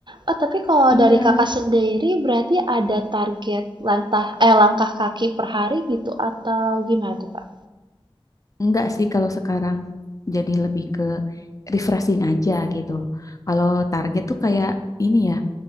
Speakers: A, on the right; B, on the left.
A: Oh, tapi kalau
B: Iya.
A: dari Kakak sendiri berarti ada target lantah eh, langkah kaki per hari gitu atau gimana tuh, Kak?
B: Enggak sih kalau sekarang jadi lebih ke refreshing aja gitu. Kalau target tuh kayak ini ya,